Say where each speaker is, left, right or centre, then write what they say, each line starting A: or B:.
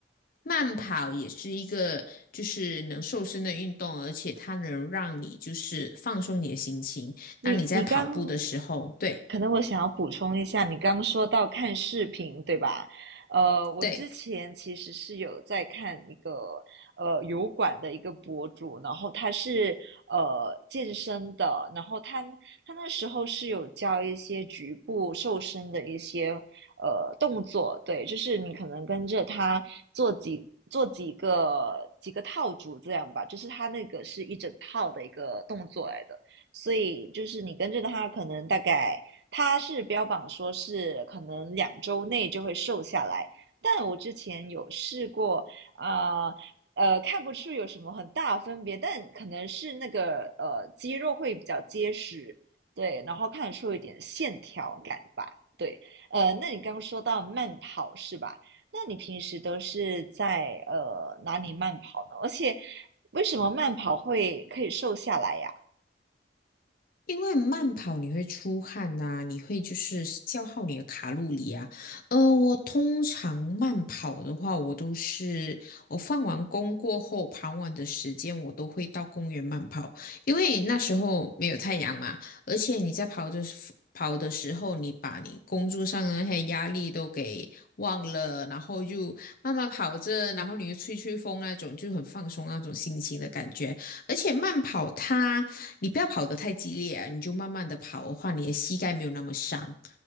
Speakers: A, on the left (about 55°); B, on the right (about 65°).
A: 慢跑也是一个就是能瘦身的运动，而且它能让你就是放松你的心情。
B: 你你刚
A: 当你在跑步的时候，对
B: 可能我想要补充一下，你刚说到看视频，对吧？呃，我之前其实是有在看一个呃油管的一个博主，
A: 对。
B: 然后他是呃健身的，然后他他那时候是有教一些局部瘦身的一些呃动作，对，就是你可能跟着他做几。做几个几个套组这样吧，就是他那个是一整套的一个动作来的，所以就是你跟着他可能大概他是标榜说是可能两周内就会瘦下来，但我之前有试过，啊、呃，看不出有什么很大的分别，但可能是那个呃肌肉会比较结实，对，然后看得出一点线条感吧，对，呃，那你刚刚说到慢跑是吧？那你平时都是在呃哪里慢跑呢？而且为什么慢跑会可以瘦下来呀？
A: 因为慢跑你会出汗呐、你会就是消耗你的卡路里啊。呃，我通常慢跑的话，我都是我放完工过后，傍晚的时间我都会到公园慢跑，因为那时候没有太阳嘛，而且你在跑的时跑的时候，你把你工作上的那些压力都给忘了，然后就慢慢跑着，然后你又吹吹风那种，就很放松那种心情的感觉。而且慢跑它，你不要跑得太激烈啊，你就慢慢的跑的话，你的膝盖没有那么伤。